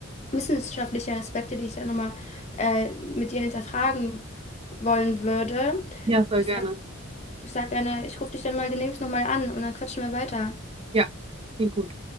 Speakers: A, on the left; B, on the right.
A: wissenschaftliche Aspekte, die ich dann nochmal äh, mit dir hinterfragen wollen würde.
B: ja, voll
A: Ich
B: gerne.
A: sag, ich sag gerne, ich rufe dich dann mal demnächst nochmal an und dann quatschen wir weiter.
B: Ja, klingt gut.